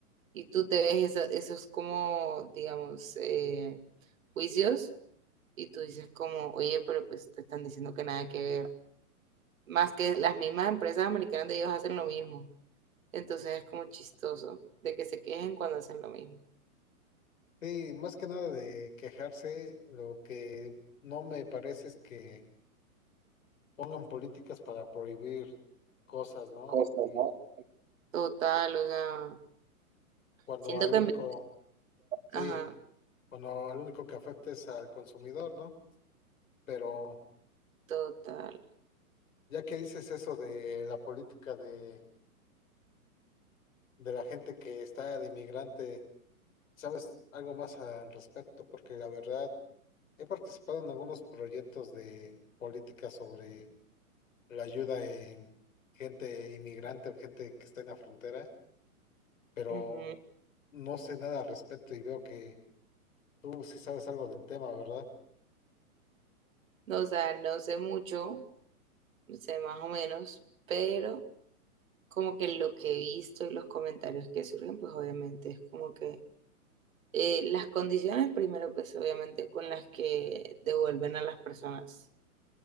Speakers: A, on the right; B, on the left.
A: Y tú te ves eso- esos como, digamos, eh, juicios y tú dices como, oye, pero pues te están diciendo que nada que ver. Más que las mismas empresas americanas de ellos hacen lo mismo. Entonces es como chistoso de que se quejen cuando hacen lo mismo.
B: Sí, más que nada de quejarse, lo que no me parece es que pongan políticas para prohibir cosas, ¿no?
A: Cosas,
B: Y
A: ¿no? Total, o sea,
B: cuando
A: siento
B: al
A: que...
B: único,
A: en vez-
B: sí,
A: Ajá,
B: cuando al único que afecta es al consumidor, ¿no? Pero
A: total.
B: ya que dices eso de la política de de la gente que está de inmigrante, ¿sabes algo más al respecto? Porque la verdad, he participado en algunos proyectos de política sobre la ayuda en gente inmigrante o gente que está en la frontera, pero
A: ujú.
B: no sé nada al respecto y veo que tú sí sabes algo del tema, ¿verdad?
A: No, O sea, no sé mucho, sé más o menos, pero como que lo que he visto y los comentarios que surgen, pues obviamente es como que eh, las condiciones primero, pues obviamente con las que devuelven a las personas